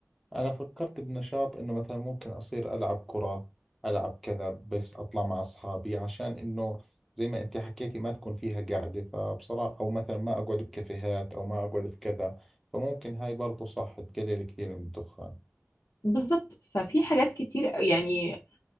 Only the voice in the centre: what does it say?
انا فكرت بنشاط انه مثلا ممكن اصير العب كرة العب كذا بس اطلع مع اصحابي عشان انه زي ما انت حكيتي ما تكون فيها قاعدة فبصراحة او مثلا ما اقعد بكافيهات او ما اقعد في كذا فممكن هاي برضو صح تقلل كثير من الدخان